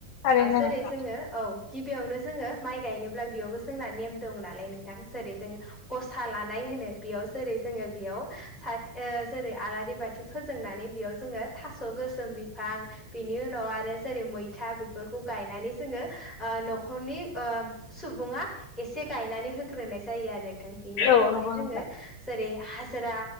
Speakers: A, on the left; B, in the centre.
A: थारैनो
B: जेरै
A: नोंथां
B: जोङो औ गिबियावनो जोङो माइ गायनोब्ला बेयावबो जोंना नेम दं नालाय नोंथां सेरै जोङो गसा लानाय होनो बेयाव जेरै जोङो बेयाव स जेरै आलारि बाथि फथि फोजोंनानै बेयाव जोङो थास' गोसोम बिफां बिनि उनाव आरो जेरै मैथा बेफोरखौ गायनानै जोङो न'खरनि सुबुङा एसे गायनानै होग्रोनाय जायो आरो नोंथां बेनि
A: औ
B: उनावहाय
A: नंगौ
B: जोङो
A: नोंथां
B: जेरै हाजिरा